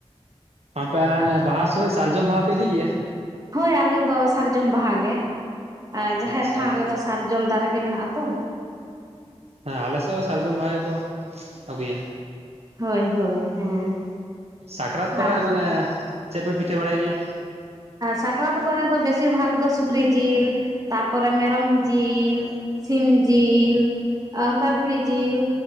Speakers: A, on the right; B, on the right.
A: ᱟᱯᱮ ᱦᱟᱱᱮ ᱵᱟᱦᱟ ᱥᱚᱢᱚᱭ ᱥᱟᱨᱡᱚᱢ ᱵᱟᱦᱟ ᱯᱮ ᱤᱫᱤ ᱜᱮᱭᱟ?
B: ᱦᱳᱭ ᱟᱞᱮ ᱫᱚ ᱥᱟᱨᱡᱚᱢ ᱵᱟᱦᱟ ᱜᱮ᱾ ᱟᱨ ᱡᱟᱦᱮᱨ
A: ᱟᱪᱪᱷᱟ
B: ᱛᱷᱟᱱ ᱨᱮᱫᱚ ᱥᱟᱨᱡᱚᱢ ᱫᱟᱨᱮ ᱢᱮᱱᱟᱜᱼᱟ ᱛᱚ᱾
A: ᱦᱮᱸ ᱟᱞᱮ ᱥᱮᱜ ᱦᱚᱸ ᱥᱟᱨᱡᱚᱢ ᱵᱟᱦᱟ ᱜᱮᱠᱚ ᱟᱹᱜᱩᱭᱟ᱾
B: ᱦᱳᱭ ᱦᱳᱭ ᱦᱮᱸ
A: ᱥᱟᱠᱨᱟᱛ ᱠᱚᱨᱮ
B: ᱟᱜ
A: ᱢᱟᱱᱮ ᱪᱮᱜ ᱯᱮ ᱯᱤᱴᱷᱟᱹ ᱵᱟᱲᱟᱭ ᱜᱮᱭᱟ?
B: ᱥᱟᱠᱨᱟᱛ ᱠᱚᱨᱮ ᱫᱚ ᱵᱮᱥᱤᱨ ᱵᱷᱟᱜᱽ ᱫᱚ ᱥᱩᱠᱨᱤ ᱡᱤᱞ, ᱛᱟᱯᱚᱨᱮ ᱢᱮᱨᱚᱢ ᱡᱤᱞ᱾ ᱥᱤᱢ ᱡᱤᱞ, ᱚᱝᱠᱟ ᱵᱷᱤᱲᱤ ᱡᱤᱞ